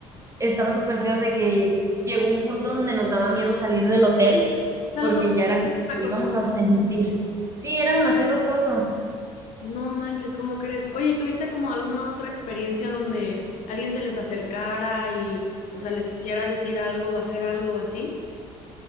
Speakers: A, on the right; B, on the left.
A: estaba súper feo de que llegó un punto donde nos daba miedo salir del hotel
B: O sea,
A: porque
B: los
A: ya era como
B: tacos,
A: que íbamos a sentir. Sí, era demasiado coso.
B: No manches, ¿cómo crees? Oye, ¿y ¿tuviste como alguna otra experiencia donde alguien se les acercara y, o sea, les quisiera decir algo o hacer algo así?